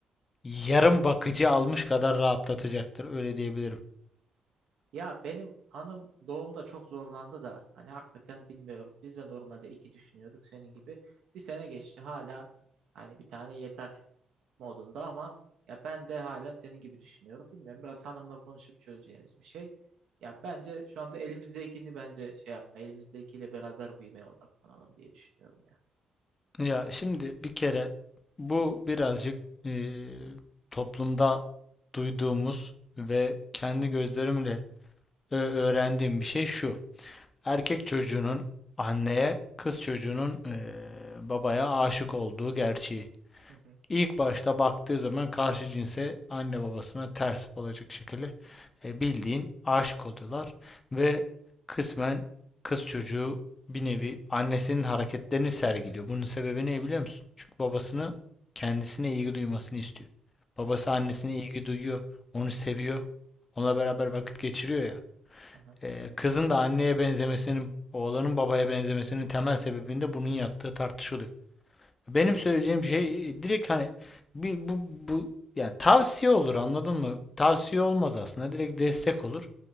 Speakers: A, on the left; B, on the right.
A: yarım bakıcı almış kadar rahatlatacaktır. Öyle diyebilirim.
B: Ya benim hanım doğumda çok zorlandı da hani hakikaten bilmiyorum. Biz de normalde iki düşünüyorduk senin gibi. Bir sene geçti hala hani bir tane yeter modunda ama ya ben de hala senin gibi düşünüyorum. Bilmiyorum biraz hanımla konuşup çözeceğimiz bir şey. Ya bence şu anda elimizdekini bence şey yapma. Elimizdekiyle beraber büyümeye odaklanalım diye düşünüyorum ya.
A: Ya şimdi bir kere bu birazcık eee, toplumda duyduğumuz ve kendi gözlerimle ö- öğrendiğim bir şey şu. Erkek çocuğunun anneye, kız çocuğunun eee, babaya aşık olduğu gerçeği.
B: Hı hı,
A: İlk başta baktığı zaman karşı cinse anne babasına ters olacak şekilde e, bildiğin aşık oluyorlar ve kısmen kız çocuğu bir nevi annesinin hareketlerini sergiliyor. Bunun sebebi ne biliyor musun? Çünkü babasını
B: hı
A: kendisine ilgi duymasını istiyor. Babası
B: hı,
A: annesine ilgi duyuyor, onu seviyor, onunla beraber vakit geçiriyor ya.
B: aha,
A: E, kızın da anneye benzemesinin, oğlanın babaya benzemesinin temel sebebinde bunun yattığı tartışılıyor. Benim
B: hı hı,
A: söyleyeceğim şey e, direkt hani bir, bu, bu yani tavsiye olur anladın mı? Tavsiye olmaz aslında direkt destek olur.